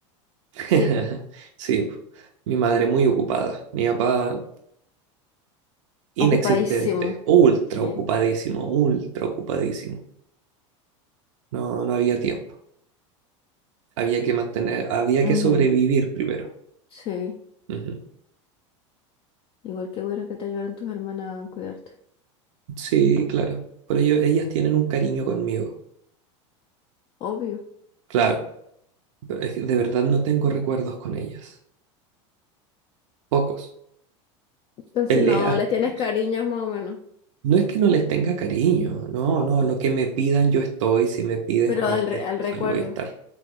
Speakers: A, on the right; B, on the left.
A: <laughs>
B: Sí, pues.
A: Sí, po. mi madre muy ocupada, mi papá inexistente,
B: Ocupadísimo.
A: ultra
B: Sí.
A: ocupadísimo, ultra ocupadísimo. No, no había tiempo. Había que mantener, había que
B: Ujú.
A: sobrevivir primero.
B: Sí.
A: Ujú.
B: Igual que bueno que te ayudaron tus hermanas a cuidarte.
A: Sí, claro. Por ello, ellas tienen un cariño conmigo.
B: obvio.
A: Claro. Pero es que de verdad no tengo recuerdos con ellas. Pocos.
B: Entonces
A: Peleas
B: no, le tienes
A: incluso.
B: cariño más o menos,
A: No es que no les tenga cariño. No, no. Lo que me pidan, yo estoy. Si me piden
B: pero
A: cualquier
B: al, re- al
A: cosa,
B: recuerdo.
A: yo voy a estar.